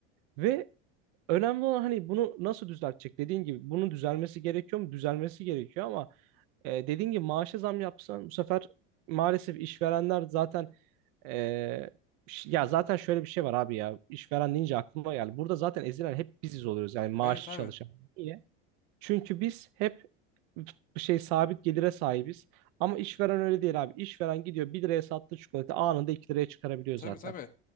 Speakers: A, on the right; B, on the left.
A: Ve Önemli olan hani bunu nasıl düzeltecek? Dediğin gibi bunun düzelmesi gerekiyor mu? Düzelmesi gerekiyor ama e, dediğin gibi maaşa zam yapsan bu sefer maalesef işverenler zaten e, ş- ya zaten şöyle bir şey var abi ya işveren deyince aklıma geldi. Burada zaten ezilen hep biziz oluyoruz yani maaşlı
B: Evet abi.
A: çalışan. Niye? Çünkü biz hep bir şey sabit gelire sahibiz. Ama işveren öyle değil abi. İşveren gidiyor bir liraya sattığı çikolata anında 2 liraya çıkarabiliyor
B: Tabii
A: zaten.
B: tabii.